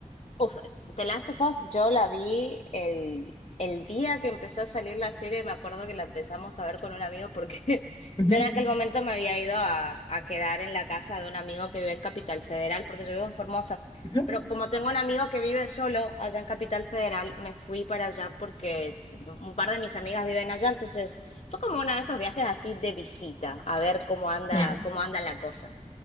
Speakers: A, on the left; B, on the left.
A: Uf, The Last of Us, yo la vi el, el día que empezó a salir la serie, me acuerdo que la empezamos a ver con un amigo porque <laughs>
B: Ujú,
A: yo en aquel momento me había ido a, a quedar en la casa de un amigo que vive en Capital Federal, porque yo vivo en Formosa,
B: ujú.
A: pero como tengo un amigo que vive solo allá en Capital Federal, me fui para allá porque un par de mis amigas viven allá, entonces fue como uno de esos viajes así de visita, a ver cómo anda,
B: Ya.
A: cómo anda la cosa.